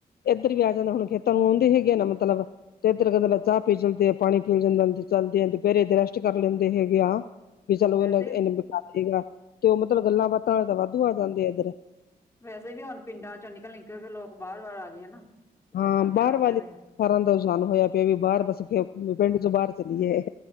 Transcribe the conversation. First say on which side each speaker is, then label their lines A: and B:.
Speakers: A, on the left (about 60°); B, on the left (about 15°).
A: ਇੱਧਰ ਵੀ ਆ ਜਾਣਾ ਹੁਣ, ਖੇਤਾਂ ਨੂੰ ਆਉਂਦੇ ਹੀਨਾ ਮਤਲਬ ਤੇ ਇੱਧਰ ਕਹਿੰਦੇ ਚਾਹ ਪੀ ਚਲ ਜਾਂਦੇ ਆ, ਪਾਣੀ ਪੀ ਜਾਂਦਾ ਚੱਲਦੇ ਆਂ, ਤੇ ਫੇਰ ਇਦ ਰੈਸਟ ਕਰ ਲੈਂਦੇ ਹੈਗੇ ਆ, ਵੀ ਚਲ ਇਹ
B: ਵੈਸੇ
A: ਇਹਨੇ ਬਕਾਰ ਸੀਗਾ, ਤੇ ਉਹ ਮਤਲਬ ਗੱਲਾ-ਬਾਤਾਂ ਵਾਲੇ ਤਾਂ ਵਾਧੂ ਆ ਜਾਂਦੇ ਆ, ਇੱਧਰ।
B: ਵੈਸੇ ਵੀ ਹੁਣ, ਪਿੰਡਾਂ'ਚੋਂ ਨਿਕਲ-ਨਿਕਲਕੇ ਲੋਕ ਬਾਹਰ-ਵਾਰ ਆਗੇ ਆ, ਨਾ। ਖੇਤਾਂ
A: ਹਾਂ,
B: ਵਗੈਰਾ
A: ਬਾਹਰ
B: ਚ
A: ਵਾਲੀ
B: ਵੀ
A: ਸਾਰਾਂ ਦਾ ਰੁਝਾਨ ਹੋਇਆ ਪਿਆ, ਵੀ ਬਾਹਰ ਬਸ ਪਿੰਡ'ਚੋਂ ਬਾਹਰ ਚੱਲੀਏ।